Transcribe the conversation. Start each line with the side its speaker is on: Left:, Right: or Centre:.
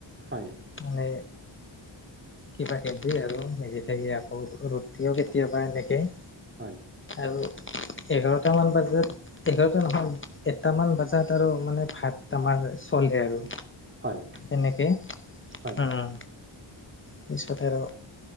Right: হয়।
Left: মানে কিবা-কিবি আৰু, মেগি চেগী আকৌ, ৰুতিও কেতিয়াবা এনেকেই।
Right: হয়।
Left: আৰু এঘাৰটা মান বজাত, এঘাৰটা নহয়। এটামান বাজাত আৰু, মানে ভাত আমাৰ চলে আৰু।
Right: হয়।
Left: এনেকে,
Right: হয়
Left: উম্। পিছত আৰু